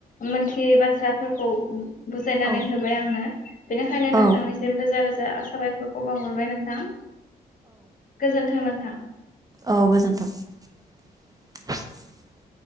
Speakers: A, on the left (about 50°); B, on the right (about 20°).
A: मोनथियै बाथ्राफोरखौ उम्म। बुजायनानै
B: औ
A: होबाय आंनो बेनिखायनो
B: औ
A: नोंथांनिसिम रोजा रोजा। दा साबायखरखौ बावहरबाय नोंथां। गोजोन्थों नोंथां।
B: औ गोजोन्थों <inaudible>